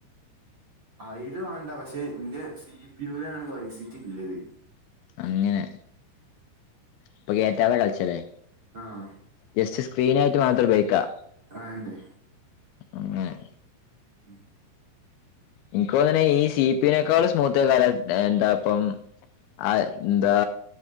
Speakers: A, on the right (about 30°); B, on the left (about 80°).
A: അയില് വാണ്ട പക്ഷെ ഇന്റെ സി പി യു ലാണ് വൈസിറ്റ് ഇള്ളത്.
B: അങ്ങനെ ഇപ്പൊ കേറ്റാതെ കളിച്ച ലെ
A: ആഹ്
B: ജസ്റ്റ് സ്ക്രീന് ആയിട്ട് മാത്രം ഉപയോഗിക്കാ
A: അഅന്നെ
B: അങ്ങനെ
A: ഉം
B: ഇൻക്ക് തോന്ന്ണ ഈ സി പി യു നെക്കാളും സ്മൂത്ത് വേറെ എന്താ ഇപ്പം. <unintelligible> ന്താ